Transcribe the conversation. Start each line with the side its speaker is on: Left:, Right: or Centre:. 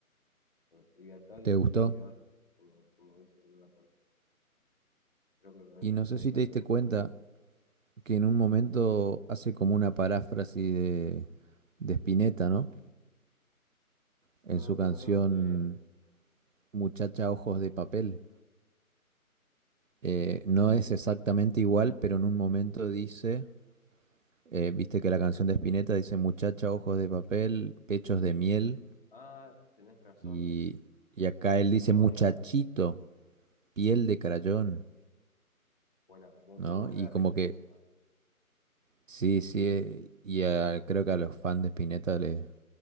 Left: Tremendo. Libertad y
Right: ¿Te
Left: felicidad,
Right: gustó?
Left: como, como dice en una parte. Creo que con eso
Right: Y no
Left: expresa
Right: sé si te diste
Left: todo.
Right: cuenta, que en un momento hace como una paráfrasis de, de Spinetta, ¿no? En
Left: No,
Right: su canción
Left: no lo noté. ¿eh?
Right: Muchacha Ojos de Papel. Eh, no es exactamente igual, pero en un momento dice, eh, viste que la canción de Spinetta dice Muchacha Ojos de Papel, Pechos de Miel,
Left: Ah, tenés razón.
Right: y, y acá él dice
Left: No me
Right: Muchachito,
Left: había
Right: Piel de Crayón,
Left: buena, bu-
Right: ¿no?
Left: muy buena
Right: Y
Left: referencia.
Right: como que, sí, sí, eh, y a- creo que a los fans de Spinetta le-